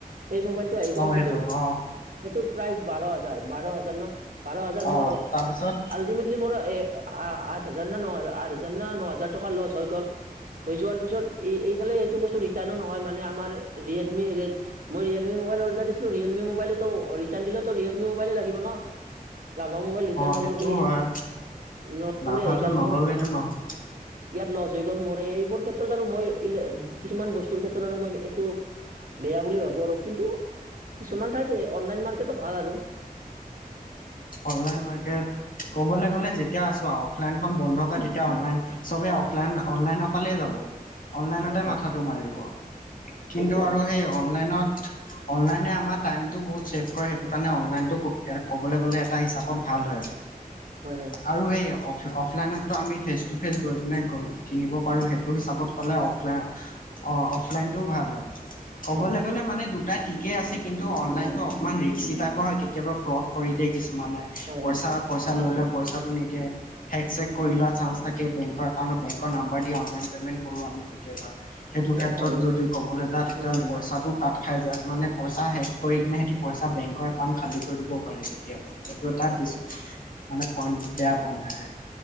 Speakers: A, on the right; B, on the left.
A: সেই মোবাইলটো আহি গ'ল
B: অঁ
A: সেইটোৰ
B: সেইটো
A: সেইটোৰ
B: অঁ।
A: প্ৰাইচ বাৰ হাজাৰ বাৰ হাজাৰ ন বাৰ হাজাৰ
B: অ',
A: মোৰ
B: তাৰপিছত
A: আল্টিমেটলি মোৰ এ আ আঠ হাজাৰ না ন হাজাৰ আঠ হাজাৰ ন ন হাজাৰ টকা লচ হৈ গ'ল হৈ যোৱাৰ পিছত এই এইফালে এইটো বস্তু ৰিটাৰ্ণো নহয় মানে আমাৰ ৰীয়েলমি ৰেড মই ৰিয়েলমি মোবাইল অৰ্ডাৰ দিছিলো ৰিয়েলমি মোবাইলেত ৰিটাৰ্ণ দিলেটো ৰীয়েলমি মোবাইলে লাগিব ন লাভা মোবাইল ৰিটাৰ্ণ
B: অ
A: নলওঁ
B: সেইটো
A: বুলি
B: হয়
A: নলওঁ
B: লাভাটো
A: বুলি আহি গ'ল
B: নল'লেতো
A: মোৰ
B: নহয়
A: ইয়াত লছ হৈ গ'ল মৰে এইবোৰ ক্ষেত্ৰত আৰু মই কিছুমান বস্তুৰ ক্ষেত্ৰত আৰু মই এইটো বেয়া বুলি ভাবো আৰু কিন্তু কিছুমান ঠাইত অনলাইন মাৰ্কেটো ভাল আৰু
B: অনলাইন মাৰ্কেট ক'বলৈ গ'লে যেতিয়া আছো আৰু অফলাইনখন বন্ধ কৰে তেতিয়া অনলাইন চবে
A: হয় হয়
B: অফলাইন অনলাইন নাপালেই যাব অনলাইনতে
A: হয় হয়
B: মাথাটো মাৰিব কিন্তু
A: সেইটো
B: আৰু
A: হয়,
B: সেই অনলাইনত অনলাইনে আমাৰ টাইমটো বহুত ছেভ কৰে সেইটো কাৰণে অনলাইনটো ক'বলৈ গ'লে এটা হিচাপত ভাল হয়
A: হয় হয়
B: আৰু সেই অফ অফলাইনততো আমি ফেচ টু ফেচ গৈ কিনে গৈ কিনিব পাৰোঁ সেইটো হিচাপত ক'লে অফলাইন অ অফলাইনতটোও ভাল হয় ক'বলৈ
A: হয় হয়
B: গ'লে মানে দুটাই ঠিকে আছে কিন্তু অনলাইনতটো
A: অ',
B: অকমান ৰিক্সি টাইপৰ হয় কেতিয়াবা ফ্ৰড কৰি দিয়ে কিছুমানে
A: হয়
B: পইচা
A: হয়
B: পইচা লৈ লয় পইচাটো নিদিয়ে হেক চেক কৰি লোৱা চান থাকে বেংকৰ নাম্বৰ দি অনলাইন পেমেণ্ট কৰো আমি কেতিয়াবা সেইটো ক্ষেত্ৰত
A: আৰু অন
B: যদি ক'বলৈ যা তেতিয়া
A: উম,
B: পইচাটো কাট যাই মানে পইচা শেষ কৰি কিনে সিহঁতি পইচা বেংকৰ একাউণ্ট খালী কৰি দিবও পাৰে কেতিয়াবা এইটো এটা ড
A: অ'
B: মানে পইণ্ট বেয়া পইণ্ট হয়।